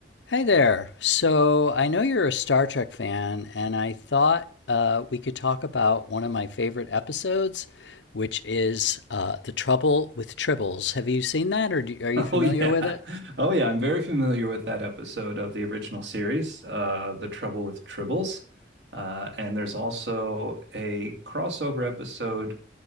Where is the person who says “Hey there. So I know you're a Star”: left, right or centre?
Left